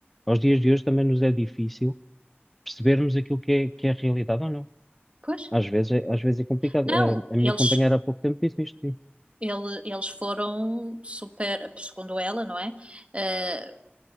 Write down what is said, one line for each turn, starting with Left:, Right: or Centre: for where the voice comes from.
Centre: aos dias de hoje também nos é difícil percebermos aquilo que é, que é a realidade ou não.
Right: Pois?
Centre: Às vezes é, às vezes é complicado.
Right: Não,
Centre: A, a
Right: eles,
Centre: minha companheira há pouco tempo disse-me isto, sim.
Right: ele- eles foram super, segundo ela, não é? Eh,